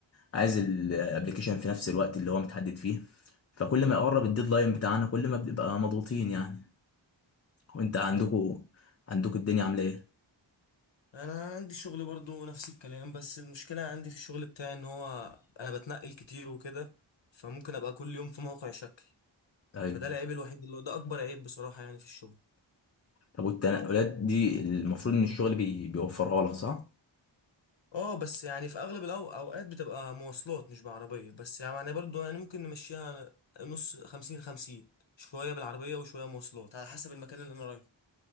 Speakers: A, on the left (about 35°); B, on the left (about 70°).
A: عايز الابلكيشن في نفس الوقت اللي هو متحدد فيه فكل ما يقرب الديدلاين بتاعنا كل ما بنبقى مضغوطين يعني وانت عندكوا
B: ايوه
A: عندكوا الدنيا عامله ايه
B: انا عندي شغل برضو نفس الكلام بس المشكله عندي في الشغل بتاعي ان هو انا بتنقل كتير وكده فممكن ابقى كل يوم في موقع شكل
A: طيب
B: فده العيب الوحيد اللي هو ده اكبر عيب بصراحه يعني في الشغل
A: طب والتنقلات دي المفروض ان الشغل بي... بيوفرها لك صح
B: اه بس يعني في اغلب الأو- اوقات بتبقى مواصلات مش بعربيه بس يعني برضو يعني ممكن نمشيها نص خمسين خمسين شويه بالعربيه وشويه مواصلات على حسب المكان اللي انا رايحه